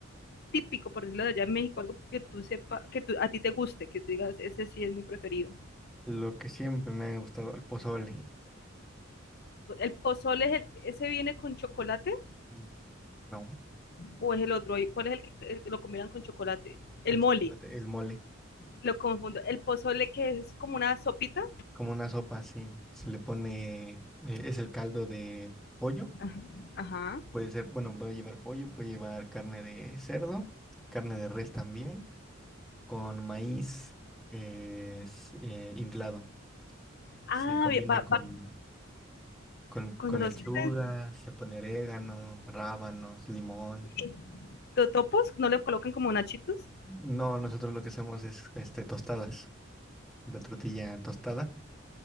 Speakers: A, on the left (about 50°); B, in the centre.
A: típico, por decirlo de allá en México, algo que tú sepa, que tú, a ti te guste, que tú digas, ese sí es mi preferido?
B: Lo que siempre me ha gustado, el pozole.
A: ¿El pozole es el, ese viene con chocolate
B: Mm, No,
A: o es el otro? ¿Cuál es el que, el que lo combinan con chocolate? El
B: con
A: mole,
B: chocolate, el mole.
A: lo confundo. El pozole que es como una sopita.
B: Como una sopa, sí. Se le pone, eh, es el caldo de pollo.
A: Ajá. Ajá.
B: Puede ser, bueno, puede llevar pollo, puede llevar carne de cerdo, carne de res también, con maíz eh, es, eh, inflado.
A: Ah,
B: Se combina
A: bien, va,
B: con,
A: va.
B: con,
A: cuando
B: con
A: lo
B: lechuga,
A: sirven
B: se pone orégano, rábanos, limón.
A: sí. topos, no le colocan como nachitos.
B: No, nosotros lo que hacemos es este, tostadas, la tortilla tostada